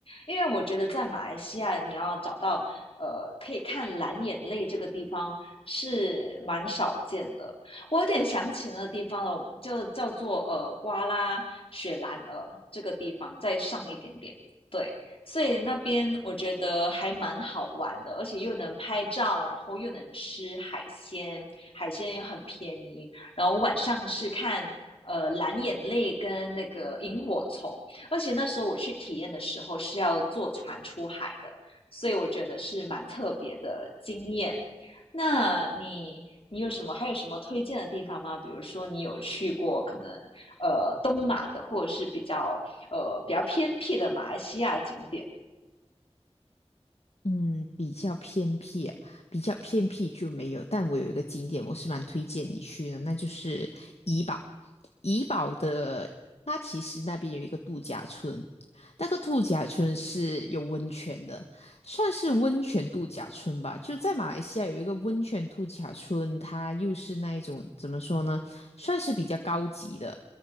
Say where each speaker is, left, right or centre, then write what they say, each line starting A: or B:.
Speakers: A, on the left; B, on the left.
A: 因为我觉得在马来西亚，你要找到呃可以看蓝眼泪这个地方是蛮少见的，我有点想起那个地方了，就叫做呃瓜拉雪兰莪这个地方，再上一点点。对，所以那边我觉得还蛮好玩的，而且又能拍照，然后又能吃海鲜，海鲜也很便宜。然后晚上是看呃蓝眼泪跟那个萤火虫，而且那时候我去体验的时候是要坐船出海的，所以我觉得是蛮特别的经验。那你你有什么还有什么推荐的地方吗？比如说你有去过可能呃东马的，或者是比较呃比较偏僻的马来西亚景点？
B: 嗯，比较偏僻啊，比较偏僻就没有。但我有一个景点，我是蛮推荐你去的，那就是怡保。怡保的，它其实那边有一个度假村，那个度假村是有温泉的，算是温泉度假村吧。就在马来西亚有一个温泉度假村，它又是那一种怎么说呢，算是比较高级的。